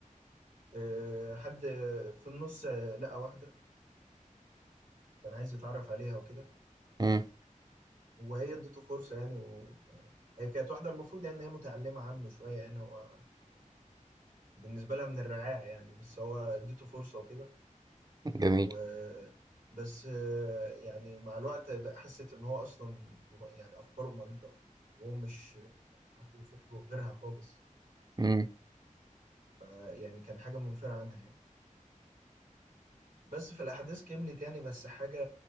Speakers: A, on the right; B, on the right.
A: أه، حد في النص آه، لقى واحده كان عايز يتعرف عليها وكده
B: امم
A: وهي ادته فرصه يعني و... آه، هي كانت واحده المفروض يعني ان هي متعلمه عنه شويه يعني هو بالنسبة لها من الرعاع يعني بس هو اديته فرصة وكده
B: جميل
A: و بس آه، يعني مع الوقت بقى حست ان هو اصلا دم- يعني افكاره مريضة وهو مش يعني حتى فكره غيرها خالص
B: امم
A: فيعني كان حاجة منفرة عنها يعني بس في الاحداث كملت يعني بس حاجة